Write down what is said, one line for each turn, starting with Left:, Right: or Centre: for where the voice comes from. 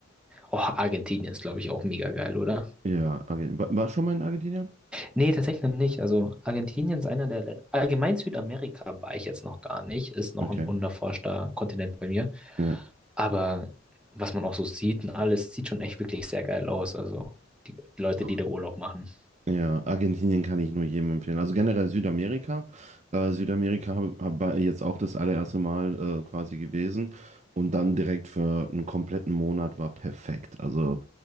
Centre: Oh, Argentinien ist, glaube ich, auch mega geil, oder?
Right: Ja, Argentinien. War, war schon mal in Argentinien?
Centre: Nee, tatsächlich noch nicht. Also Argentinien ist einer der Länder. Allgemein Südamerika war ich jetzt noch gar nicht. Ist noch
Right: Okay.
Centre: ein unerforschter Kontinent bei mir.
Right: Ja.
Centre: Aber was man auch so sieht und alles, sieht schon echt wirklich sehr geil aus. Also die Leute,
Right: Doch.
Centre: die da Urlaub machen.
Right: Ja, Argentinien kann ich nur jedem empfehlen. Also generell Südamerika. Äh, Südamerika hab, hab, war jetzt auch das allererste Mal äh, quasi gewesen. Und dann direkt für einen kompletten Monat war perfekt. Also